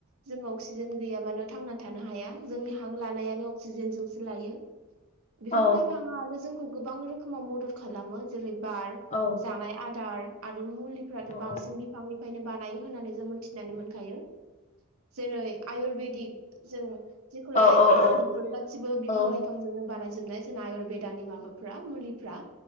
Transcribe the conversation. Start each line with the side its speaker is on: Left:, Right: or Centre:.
Right: जोंङो अक्सिजेन गैयाबानो थांनानै थानो हाया जोंनि हां लानायानो अक्सिजेनजोंसो लायो बिफां
Left: औ
Right: लाइफाङा आरो जोंखौ गोबां रोखोमाव मदद खालामो जेरै बार
Left: औ
Right: जानाय आदार आरो मुलि फ्राथ'
Left: औ
Right: बांसिन बिफांनिफ्रायनो बानायो होननानै जों मोनथिनानै मोनखायो जेरै आयुरवेदिक जों जेखौ
Left: औ
Right: लायो
Left: औ औ
Right: बेफोर गासिबो
Left: औ
Right: बिफां लाइफां बिफांजोंनो बानायजोबनाय जोंना आयुरवेदानि माबाफ्रा मुलिफ्रा